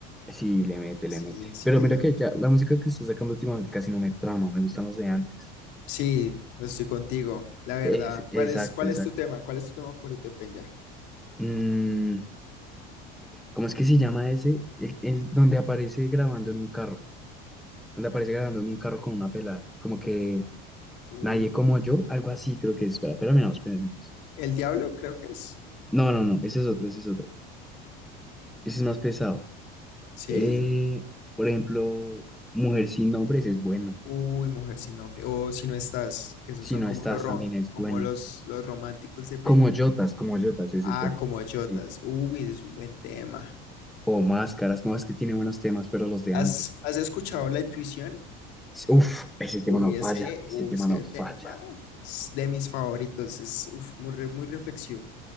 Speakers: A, in the centre; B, on the left (about 55°).
A: Sí, le mete,
B: sí,
A: le mete.
B: sí,
A: Pero mira
B: le-
A: que ya la música que está sacando últimamente casi no me trama, me gustan los de antes.
B: sí, estoy contigo, la verdad,
A: Es, exacto,
B: ¿cuál es, cuál
A: exacto.
B: es tu tema? ¿Cuál es tu tema favorito, Penya?
A: Mm, ¿cómo es que se llama ese? El, el donde aparece grabando en un carro. Donde aparece grabando en un carro con una pelada. Como que
B: Uy,
A: Nadie como yo, algo así creo que es. Espera, espera, menos, espera, menos.
B: ¿el diablo creo que es?
A: No, no, no, ese es otro, ese es otro. Ese es más pesado.
B: Sí.
A: Eh, por ejemplo, Mujer sin nombres es bueno.
B: Uy, mujer sin nombre. O si no estás, que esos
A: Si
B: son
A: no
B: como
A: estás,
B: los ro-
A: también es
B: como
A: bueno.
B: los, los románticos de Penya.
A: Como Yotas, como Yotas es
B: Ah,
A: el tema.
B: como Jotas.
A: Sí.
B: Uy, ese es un buen tema.
A: O Máscaras, no, es que tiene buenos temas, pero los de
B: ¿Has,
A: antes.
B: has escuchado La Intuición?
A: Sí, Uf, ese tema
B: Uy,
A: no
B: ese,
A: falla, ese
B: uy,
A: tema
B: ese
A: no falla.
B: tema es de mis favoritos. Es uf, muy, re- muy reflexivo.